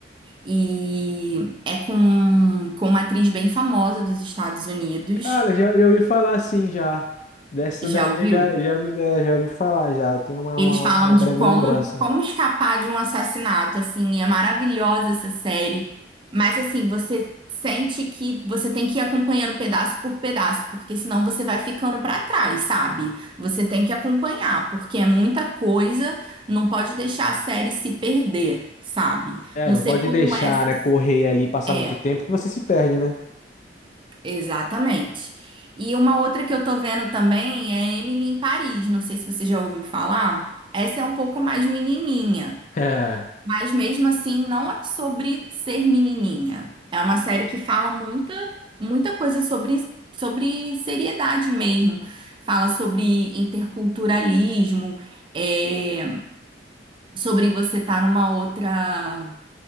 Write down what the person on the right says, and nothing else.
E é com, com uma atriz bem famosa dos Estados Unidos.
Já
ouviu?
Eles
falam
de como,
como escapar de um assassinato, assim, é maravilhosa essa série. Mas assim, você sente que você tem que ir acompanhando pedaço por pedaço, porque senão você vai ficando pra trás, sabe? Você tem que acompanhar, porque é muita coisa, não pode deixar a série se perder, sabe?
Não
sei
como
essa
é.
Exatamente. E uma outra que eu tô vendo também é Emily em Paris. Não sei se você já ouviu falar. Essa é um pouco mais menininha,
mas mesmo assim não é sobre ser menininha. É uma série que fala muita, muita coisa sobre, sobre seriedade mesmo. Fala sobre interculturalismo, é, sobre você estar numa outra